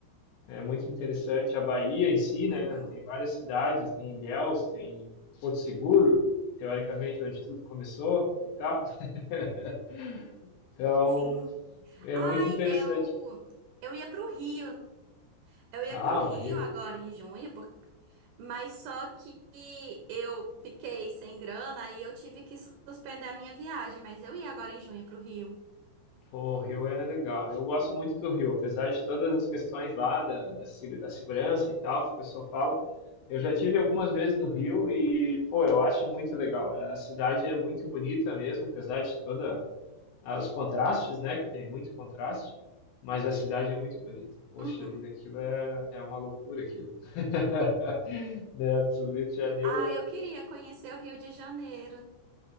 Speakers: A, on the left (about 80°); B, on the right (about 75°).
A: É muito interessante a Bahia em si, né?
B: Uhum,
A: Tem várias cidades, tem Ilhéus, tem Porto Seguro, teoricamente onde tudo começou e tal. <laughs> Então,
B: sim.
A: é
B: Ai,
A: muito interessante.
B: eu. Eu ia pro Rio, Eu ia
A: Ah,
B: pro Rio
A: o Rio
B: agora em junho, por- mas só que eu fiquei sem grana aí eu tive que suspender a minha viagem, mas eu ia agora em junho pro Rio.
A: Pô, o Rio é legal. Eu gosto muito do Rio, apesar de todas as questões lá da, da, se- da segurança e tal, que o pessoal fala. Eu já tive algumas vezes no Rio e, pô, eu acho muito legal. A cidade é muito bonita mesmo, apesar de toda ah, os contrastes, né? Que tem muito contraste, mas a cidade é muito bonita. Poxa
B: Uhum.
A: vida, aquilo é, é uma loucura, aquilo. <laughs> Né? O Rio de Janeiro
B: Ah,
A: é
B: eu queria conhecer o Rio de Janeiro.